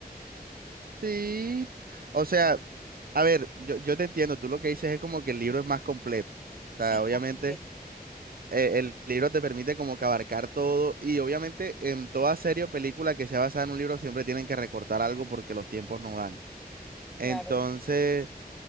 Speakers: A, on the right; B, in the centre.
A: sí. O sea, a ver, yo, yo te entiendo, tú lo que dices es como que el libro es más completo. O
B: Sí,
A: sea, obviamente
B: más completo.
A: eh, el libro te permite como que abarcar todo y obviamente en toda serie o película que sea basada en un libro siempre tienen que recortar algo porque los tiempos no dan. Entonces...
B: Claro.